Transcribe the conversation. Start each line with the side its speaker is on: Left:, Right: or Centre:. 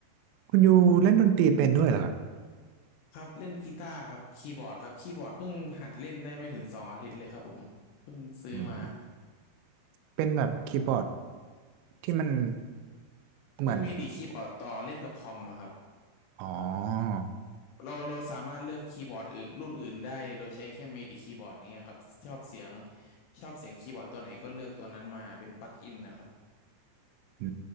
Right: คุณอยู่เล่นดนตรีเป็นด้วยเหรอครับ
Left: คุณครับเล่นกีตาร์ครับคีย์บอร์ดครับคีย์บอร์ดเพิ่งหัดเล่นได้ไม่ถึงสองอาทิตย์เลยครับผมเพิ่งซื้อมา
Right: อืมเป็นแบบคีย์บอร์ดที่มันเหมือน
Left: เป็นมิดิคีย์บอร์ดต่อเล่นกับคอมอะครับ
Right: อ๋อ
Left: เราเราสามารถเลือกคีย์บอร์ดอื่นรุ่นอื่นได้โดยใช้แค่มิดิคีย์บอร์ดอย่างเงี้ยครับชอบเสียงชอบเสียงคีย์บอร์ดตัวไหนก็เลือกตัวนั้นมาเป็นปลั๊กอินนะครับ
Right: อื